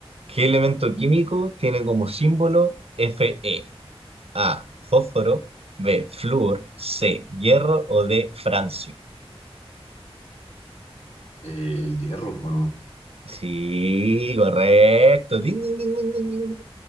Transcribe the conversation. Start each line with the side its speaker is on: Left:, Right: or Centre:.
Right: ¿Qué elemento químico tiene como símbolo Fe? A, fósforo, B, flúor, C, hierro o D, francio.
Left: Eh, el hierro, ¿o no?
Right: Sí, correcto. Ding, ding, ding, ding, ding, ding.